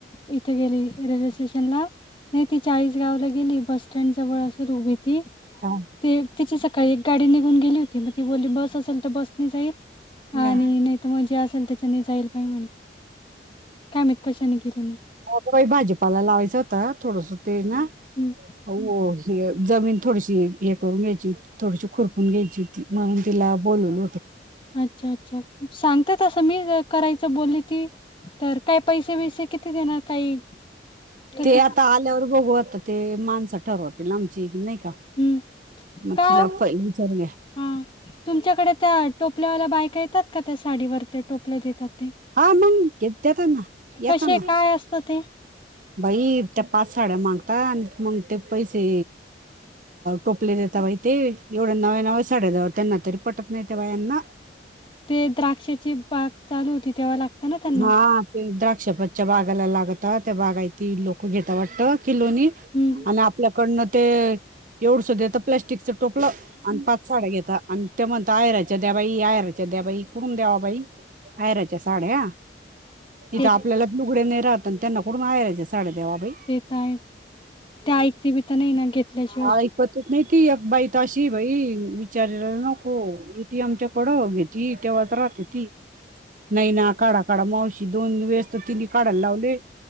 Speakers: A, on the left (about 30°); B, on the right (about 45°).
A: इथं गेली रेल्वे स्टेशनला नाही ती चाळीस गावला गेली बस सटँड जवळ असेल उभी ती
B: हा
A: ते तिची सकाळी एक गाडी निघून गेली होती म ती बोली बस असेल तर बस नाही जाईल आणि
B: हा
A: नाही तर मगजे असेल त्याच्यानी जाईल पण म्हणे कायमत कशाने केले म्ह
B: हता बाई भाजीपाला लावायचं होतं थोडस ते ना
A: हं,
B: हो हे जमीन थोडीशी हे करून घ्यायची थोडीशी खुरपून घ्यायची म्हणून तिला बोलवून
A: अच्छा अच्छा सांगत तस मी करायचं बोलली ती तर काय पैसे बैसे किती देणार काही तसं?
B: ते आता आल्यावर बघूता ते माणसं ठरवतील लांबची की नाही का
A: हं,
B: मला
A: का ओ?
B: पहि विचरणे
A: हा तुमच्याकडे त्या टोपल्यावाल्या बायका येतात का त्या साडीवर ते टोपल्यात येतात
B: हा मंग घेत दताना येताना
A: कसे काय असतं ते
B: बाई त्या पाच साड्या मागता आणि मग ते पैसे टोपलेलेेत बाई ते एवढं नव्या नव्या चढ दवतन तरी पटन बाया ना
A: ते द्राक्षाची बाग चालू होती तेव्हा लागतं ना त्यांना
B: हा ते द्राक्षपतच्या बागाला लागत त्या बागा त लोक घेता वाटत किलोनी
A: हम्म
B: आणि आपल्याकडनं ते एवढस देत प्लस्टिकचं टोपलं आणि पाच साड्या घेतता आणि ते म्हणत आयराच्या द्या बाई आयराच्या द्या बाई करून द्यावा बाई आहेर साड्या
A: ते
B: इथे आपल्याला दुघडे नाही राहत आणि त्यांना कडून वयच्या साड्या द्यावा बाई
A: ते तरय ते ऐकते बी तर नाही ना घेतल्याशिवाय
B: हऐ पत्रत नाही ती एक बाई तशी भाई विचारला नको एटीएमच्या कडं घेतती तेव्हा राहते ती नाही ना काढ काढा मावशी दोन वेस तर तिने काढायला लावले